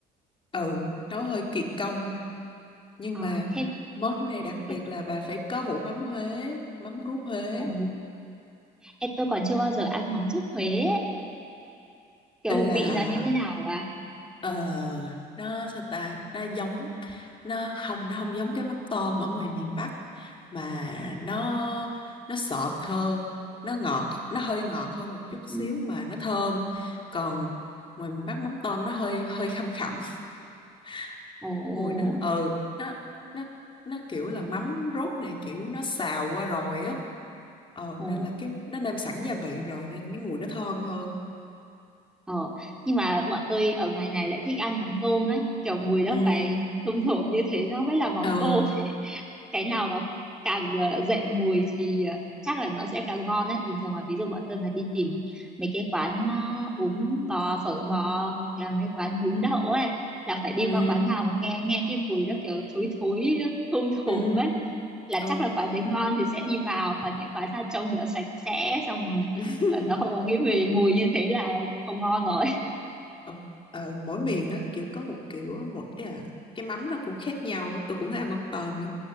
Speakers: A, on the left; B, in the centre.
A: ừ nấu hơi kỳ công nhưng
B: Ờ,
A: mà
B: thế,
A: món này đặc biệt
B: thế
A: là bà phải có hũ mắm Huế mắm ruốc Huế
B: ồ, em tôi còn chưa bao giờ ăn mắm ruốc Huế ấy. Kiểu
A: là
B: vị nó như thế nào và
A: ờ, nó sao ta nó giống nó không nó không giống cái mắm tôm ở ngoài miền Bắc mà nó nó sọt hơn nó ngọt nó hơi ngọt hơn một chút xíu
B: ừ.
A: mà nó thơm còn ngoài miền Bắc mắm tôm nó hơi hơi khăm khẳm <laughs>
B: Ồ,
A: mùi nó ừ nó nó nó kiểu là mắm ruốc này kiểu nó xào qua rồi á ờ
B: ồ,
A: nên là cái nó nêm sẵn gia vị rồi nên cái mùi nó thơm hơn
B: ờ. Nhưng mà bọn tôi ở ngoài này lại thích ăn mắm tôm ấy, kiểu mùi nó
A: ừ
B: phải thum thủm như thế nó mới là mắm
A: ừ
B: tôm. cái nào mà càng ờ, dậy mùi thì ờ, chắc là nó sẽ càng ngon đấy bình thường là ví dụ bọn tôi mà đi tìm mấy cái quán ờ, bún bò phở bò hoặc là mấy quán bún đậu ấy là phải đi
A: ừ
B: qua quán nào mà nghe nghe cái mùi nó kiểu thối thối ờ, thum thủm
A: ừ
B: ấy là
A: ừ
B: chắc là quán đấy ngon thì sẽ đi vào còn những quán ra trông rửa sạch sẽ xong rồi
A: <laughs>
B: ờ, nó không có cái mùi mùi như thế là không ngon rồi
A: ờ, ờ, mỗi miền nó kiểu có một kiểu một ý là cái mắm nó cũng khác nhau á. tôi cũng thấy ăn mắm tôm lắm